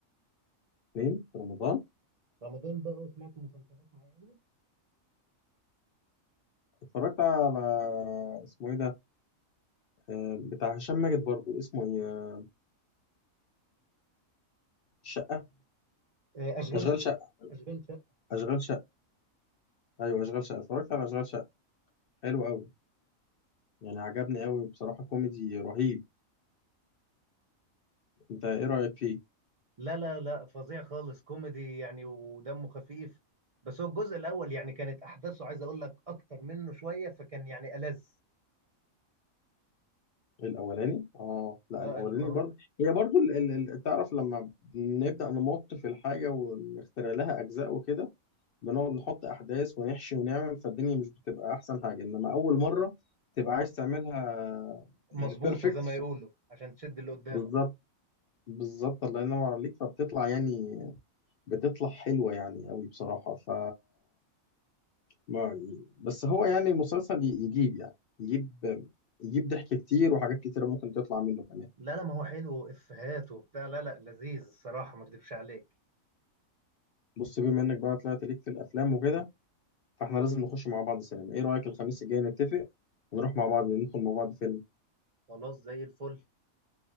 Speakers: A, on the left; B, on the right.
A: فين في رمضان
B: رمضان ده اه سمعت مسلسلات معينة
A: اتفرجت على اسمه ايه ده آه، بتاع هشام ماجد برضو اسمه ايه شقة
B: آه، اشغال
A: أشغال
B: شقة
A: شقة
B: اشغال شقة
A: أشغال شقة أيوه أشغال شقة اتفرجت على أشغال شقة حلو أوي يعني عجبني أوي بصراحة كوميدي رهيب أنت إيه رأيك فيه؟
B: لا لا لا فظيع خالص كوميدي يعني ودمه خفيف بس هو الجزء الاول يعني كانت احداثه عايز اقول لك اكتر منه شويه فكان يعني ألذ
A: الأولاني؟ آه لا
B: اه
A: الأولاني
B: الم- هو-
A: برضو هي برضو ال... ال... ال- تعرف لما نبدأ نمط في الحاجة ونخترع لها أجزاء وكده بنقعد نحط أحداث ونحشي ونعمل فالدنيا مش بتبقى أحسن حاجة إنما أول مرة تبقى عايز تعملها يعني
B: مظبوطه
A: بيرفكت
B: زي ما يقولوا عشان تشد اللي قدامك
A: فبالظبط بالظبط الله ينور عليك فبتطلع يعني بتطلع حلوة يعني قوي بصراحة ف ما بس هو يعني المسلسل ي- يجيب يعني يجيب يجيب ضحك كتير وحاجات كتيرة ممكن تطلع منه كمان
B: لا لا ما هو حلو افهات وبتاع لا لا لذيذ الصراحه ما اكدبش عليك
A: بص بما انك بقى طلعت ليك في الافلام وكده فاحنا لازم نخش مع بعض السينما ايه رأيك الخميس الجاي نتفق ونروح مع بعض ندخل مع بعض فيلم
B: خلاص زي الفل